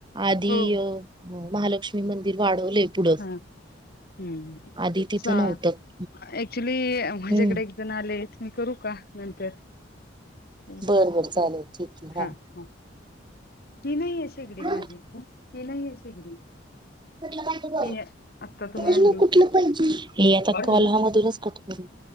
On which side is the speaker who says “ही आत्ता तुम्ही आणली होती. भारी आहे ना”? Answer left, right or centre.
Left